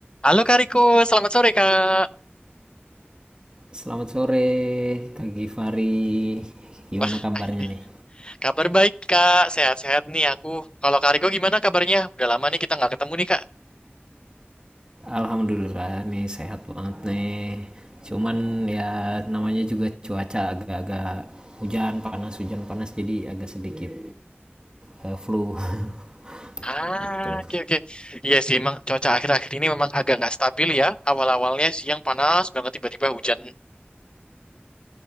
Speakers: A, on the left; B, on the right.
A: Halo Kak Riko, selamat sore Kak.
B: Selamat sore Kak Givari. Gimana
A: Wah,
B: kabarnya
A: ini
B: nih?
A: kabar baik Kak, sehat-sehat nih aku. Kalau Kak Riko gimana kabarnya? Udah lama nih kita nggak ketemu nih Kak.
B: Alhamdulillah nih sehat banget nih. Cuman ya namanya juga cuaca agak-agak hujan panas hujan panas jadi agak sedikit eh, flu <laughs>
A: Ah,
B: gitu.
A: oke oke. Iya sih, emang cuaca akhir-akhir ini memang agak nggak stabil ya. Awal-awalnya siang panas banget, tiba-tiba hujan.